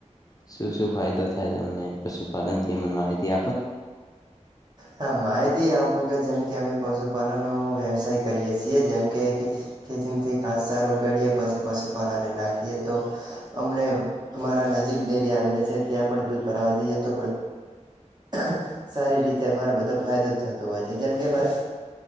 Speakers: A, on the left; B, on the right.
A: શું શું ફાયદો થાય તમને પશુપાલનથી મને માહિતી આપ
B: હા માહિતી આપ <unintelligible> કે જેમ કે અમે પશુપાલનનો વ્યવસાય કરીએ છીએ જેમ કે ખેતીમાંથી ખાસ સારો ગાડીએ પછી પશુપાલનને નાખીએ તો અમને અમારા નજીક ડેરી આવેલી છે ત્યાં પણ દૂધ ભરવા જઈએ તો <unintelligible> સારી રીતે અરે બધો ફાયદો થતું હોય છે જેમ કે મારે